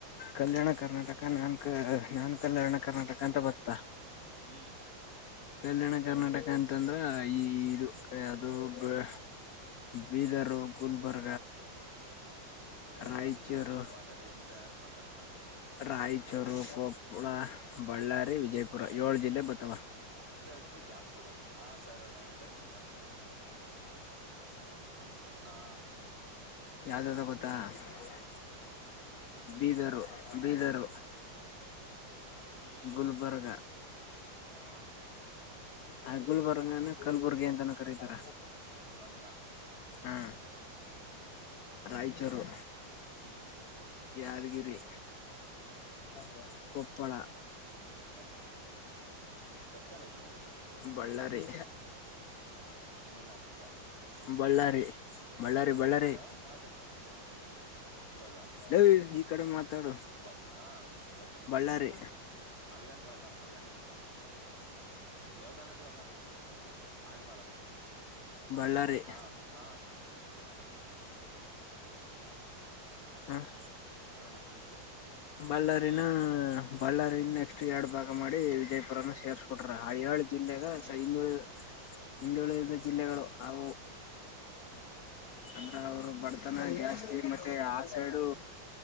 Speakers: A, on the left; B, on the right.
A: ಕಲ್ಯಾಣ ಕರ್ನಾಟಕ ನಾನ್ ಕ ನಾನ್ ಕಲ್ಯಾಣ ಕರ್ನಾಟಕ ಅಂತ ಬತ್ತ
B: ಹ್ಮ್
A: ಕಲ್ಯಾಣ ಕರ್ನಾಟಕ ಅಂತಂದ್ರ ಈ ಇದು ಯಾ ಅದು ಬ್ಯಾ ಬೀದರು ಗುಲ್ಬರ್
B: ಹ ಎರಡ್ವಾರ
A: ರಾಯಚೂರು
B: ನಿಮಿಷಕ್ಕೆ ಇಷ್ಟು ಮಾತಾಡಿದಿ ನಿಧಾನಕ್ಕೆ ಮಾತ್ ತಡಮರೆಯ
A: ರಾಯಚೂರು ಕೊಪ್ಪಳ ಬಳ್ಳಾರಿ ವಿಜಯಪುರ ಏಳು ಜಿಲ್ಲೆ ಬತಾವ
B: ಮತ್ತೆ ಗ್ಯಾಪ್ ಕೊಡು ಆ ಸರ್ ಅನೋಗಂತ ನಿನ್ ಗ್ಯಾಪ್ ಕೊಡು ಆ
A: ಯಾವ್ದ್ಯವದು ಗೊತ್ತಾ <inaudible>
B: <inaudible> ಹ್ಮ್
A: ಬೀದರು ಬೀದರು
B: ಹ್ಮ್
A: ಗುಲ್ಬರ್ಗ
B: ಹಾ
A: ಹ ಗುಲ್ಬರ್ಗಾನ ಕಲ್ಬುರ್ಗಿ ಅಂತನ ಕರೀತಾರ
B: ಅದ್ನ
A: ಹಾ
B: ಹ್ಮ್
A: ರಾಯಚೂರು
B: ಹ್ಮ್
A: ಯದ್ <unintelligible> ಕೊಪ್ಪಳ
B: ಮೈಸಿ ಎಷ್ಟ ಕಾಲ್ ಆಯ್ತು ನಿಂದು
A: ಬಳ್ಳಾರಿ
B: ಇನ್ನೂ ನಾಕ್ ಅದ ತಿರ್ಸ
A: ಬಳ್ಳಾರಿ
B: ಬಿಡು
A: ಬಳ್ಳಾರಿ
B: ಇವತ್ತೇ
A: ಬಳ್ಳಾರಿ
B: ನಾಳೆ ತಿರ್ಸಮಾ ಇವಾಗ
A: ಲೇ ಈ ಕಡೆ ಮಾತಾಡು
B: ಬತ್ ಹಾ ಬರ್ತೇನೆ
A: ಬಳ್ಳಾರಿ
B: ಅಲ್ಲಿ ಗಂಟ ಬರೋಕ್ಕೆ ಆಗಲ್ಲ ದೇವಸ್ಥಾನ ಗಂಟ ಬಾರಪ್ಪ ಆಲದಮರ ಹಾ
A: ಬಳ್ಳಾರಿ
B: ಬಾ <unintelligible>
A: ಹ್ಮ್
B: ಅರುಣ ಇತ್ಲು
A: ಬಳ್ಳಾರಿನ
B: ಹ್ಮ್
A: ಬಳ್ಳಾರಿ ನೆಕ್ಸ್ಟ್ ಎರಡು ಭಾಗ ಮಾಡಿ ವಿಜಯಪುರನ ಸೇರ್ಸ್ಕೊಟ್ರ ಆ ಏಳ ಜಿಲ್ಲೆಗ
B: ಹ್ಮ್
A: ಹಿಂದುಳಿ ಹಿಂದುಳಿ ಎಲ್ಲ ಜಿಲ್ಲೆಗಳು ಅವು
B: ಹ್ಮ್
A: ಅಂದ್ರ ಅವರು ಜಾಸ್ತಿ ಮತ್ತೆ ಆ ಸೈಡು